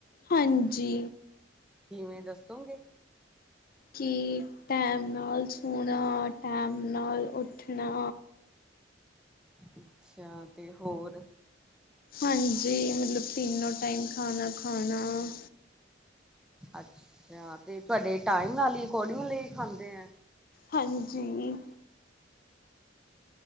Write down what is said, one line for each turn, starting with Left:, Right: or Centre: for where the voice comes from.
Left: ਹਾਂਜੀ।
Centre: ਕਿਵੇਂ ਦੱਸੋਂਗੇ?
Left: ਕਿ ਟੈਮ ਨਾਲ ਸੋਣਾ ਟੈਮ ਨਾਲ ਉੱਠਣਾ
Centre: ਅੱਛਾ ਤੇ ਹੋਰ
Left: ਹਾਂਜੀ, ਮਤਲਬ ਤਿੰਨੋ ਟਾਈਮ ਖਾਨਾ ਖਾਣਾ।
Centre: ਅੱਛਾ ਤੇ ਤੁਹਾਡੇ ਟਾਈਮ ਨਾਲ ਈ ਕੋਰਡਿੰਗ ਲਈ ਖਾਂਦੇ ਐ।
Left: ਹਾਂਜੀ।